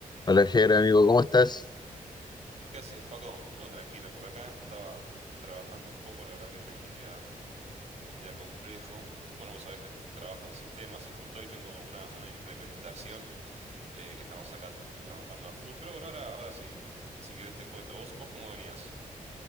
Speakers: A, on the left; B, on the right.
A: Hola, Jere, amigo, ¿cómo estás?
B: ¿Qué haces, Joaco? Todo tranquilo por acá. Estaba trabajando un poco, la verdad que hoy tengo un día, un día complejo. Bueno, vos sabés que trabajo en sistemas y justo hoy tengo una, una implementación eh, que estamos acá trabajando a full. Pero bueno, ahora, ahora sí, si querés te cuento. ¿Vos, vos cómo venías?